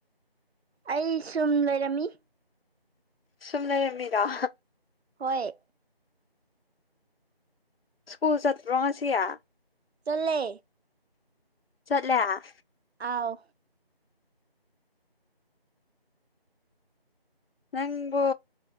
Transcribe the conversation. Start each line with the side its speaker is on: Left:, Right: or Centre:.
Right: ꯑꯩ ꯁꯨꯝ ꯂꯩꯔꯝꯃꯤ
Left: ꯁꯨꯝ ꯂꯩꯔꯝꯃꯤꯔꯣ
Right: ꯍꯣꯏ
Left: ꯁ꯭ꯀꯨꯜ ꯆꯠꯄꯔꯣꯉꯁꯤꯌꯥ
Right: ꯆꯠꯂꯦ
Left: ꯆꯠꯂꯦ
Right: ꯑꯥꯎ
Left: ꯅꯪꯕꯨ